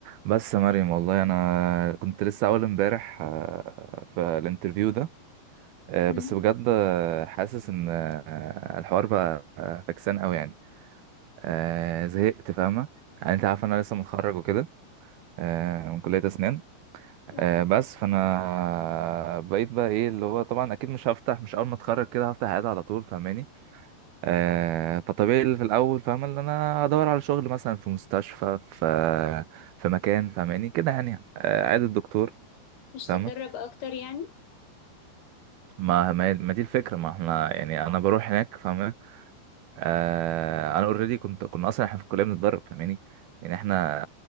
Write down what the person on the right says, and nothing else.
بس يا مريم والله انا كنت لسه اول امبارح آه، في الانترفيو ده آه،
بس بجد آه، حاسس ان آه، الحوار بقى آه، فكسان قوي يعني آه، زهقت فاهمه يعني انت عارف انا لسه متخرج وكده آه، من كليه اسنان
آه، بس فانا آه، بقيت بقى ايه اللي هو طبعا اكيد مش هفتح مش اول ما اتخرج كده هفتح عياده على طول فاهماني آه، فطبيعي اللي في الاول فاهمه ان انا هدور على شغل مثلا في مستشفى في في مكان فاهماني كده يعني آه، عياده الدكتور
فاهمة
ما ما ما دي الفكرة ما احنا يعني انا بروح هناك فاهمة آه انا اوريدي كنت كنا اصلا احنا في الكلية بنتدرب فاهماني يعني احنا